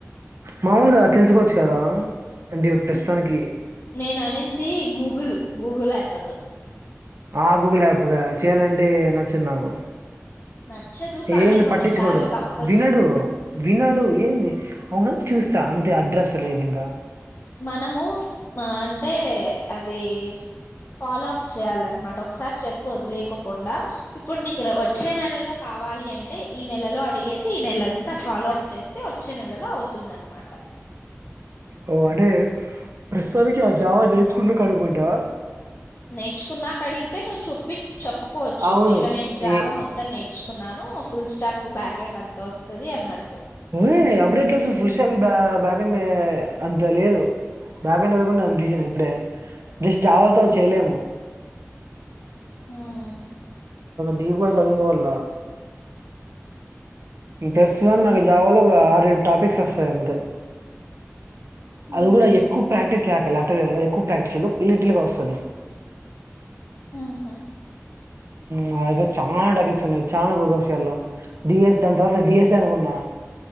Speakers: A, on the right; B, on the left.
A: మామలుగా తెలుసుకోవచ్చు కదా అంటే ఇ ప్రస్తుతానికి
B: న- నేను అనింది గూగుల్ గూగుల్ యాప్తు
A: ఆ గూగుల్ యాప్ గా చెయాలంటే చ్చ నాకు
B: నచ్చదు కానీ
A: ఏంది
B: కొన్నిసార్లు
A: పట్టించుకోడు
B: తప్పదు
A: వినడు వినడు ఏంది అవునా చూస్తా అంతే అడ్రస్ లేదు ఇంకా
B: మనము మా అంటే అది ఫాలో అప్ చెయాల అన్నమాట ఒకసారి చెప్ పోద్లేకోకుండా ఇప్పుడు నీకు వచ్చే నెలలో కావాలి అంటే ఈ నెలలో అడిగేసి ఈ నెల అంత ఫాలో అప్ చేస్తే వచ్చే నెలలో అవుతుందనమాట
A: ఓ అంటే ప్రస్తుతానికి ఆ జావా నేర్చుకున్న అడగమంటావా
B: నేర్చుకున్నాక అడిగితే నువ్వు చొప్పి చెప్పుకోవచ్చు
A: అవును
B: ఇట్లా నేను జావ
A: ఏ
B: మొత్తం నేర్చుకున్నాను ఫుల్ స్టాక్ బ్యాక్ హ్యాండ్ అంత వస్తుది అన్నట్టు
A: ఓయ్ అప్పుడే ఎట్ల వస్తాది ఫుల్షాక్ బ్యాగ అంత లేదు బాకలపండి నను తీసినా ఇప్పుడే జస్ట్ జావాతో చేయలేము
B: ఆమ్
A: డిప్ గా చదువుకోవాల ప్రస్తుతనికి నాకు జావాలో ఒక ఆరు టాపిక్స్ వస్తాయి అంతే
B: ఉమ్,
A: అది కూడా ఎక్కువ ప్రాక్టీస్ ల్యాప్టాప్ ఎక్కువ ప్రాక్టీస్ లేదు లిటిల్ గా వస్తాది
B: ఆహా
A: మా దగ్గర చాలా టాపిక్స్ ఉన్నాయి చాలా ప్రోగ్రామ్స్ చేయాల డిఎస్ దాని తర్వాత డిఎస్ఏ అనుకున్నా